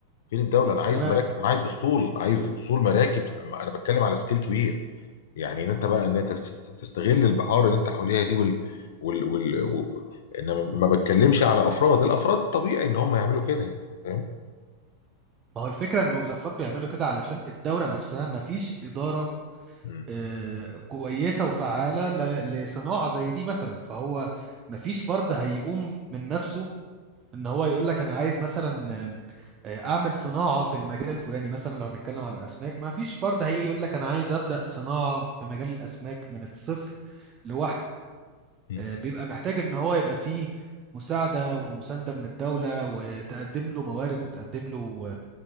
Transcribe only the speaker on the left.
فين الدوله انا عايز
مراكب انا عايز اسطول عايز اسطول مراكب انا بتكلم على سكيل كبير يعني ان انت بقى ان انت تست- تستغل البحار اللي انت حواليها دي وال وال وال و... انا ما بتكلمش على افراد الافراد طبيعي ان هم يعملوا كده يعني فاهم
م.
م.